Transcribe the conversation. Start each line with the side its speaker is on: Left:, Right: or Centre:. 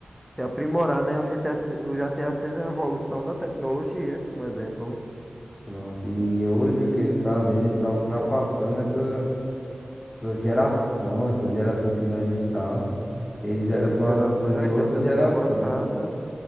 Centre: Se aprimorar, né? O GTA, se- o GTA 6 é uma evolução da tecnologia, um exemplo, né?
Left: Pronto, e hoje o que ele tá vendo, ele tá ultrapassando essa, essa geração, essa geração que nós está. Ele já
Centre: Sim,
Left: era
Centre: essa
Left: pra
Centre: geração
Left: ser de
Centre: já está
Left: outra
Centre: sendo
Left: geração.
Centre: ultrapassada.